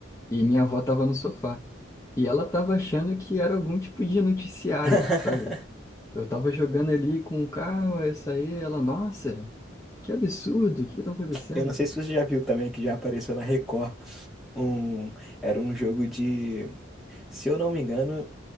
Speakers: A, on the left; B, in the centre.
A: e minha avó tava no sofá. E ela tava achando que era algum tipo de noticiário,
B: <laughs>
A: sabe? Eu tava jogando ali com o carro, essa aí, ela, nossa, que absurdo, o que que tá acontecendo?
B: Eu não sei se você já viu também que já apareceu na Record. Um, era um jogo de, se eu não me engano,